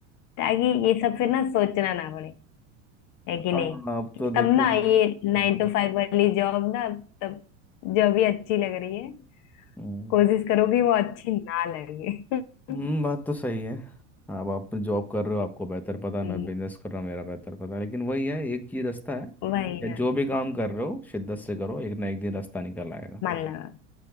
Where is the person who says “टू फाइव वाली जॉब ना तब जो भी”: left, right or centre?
Left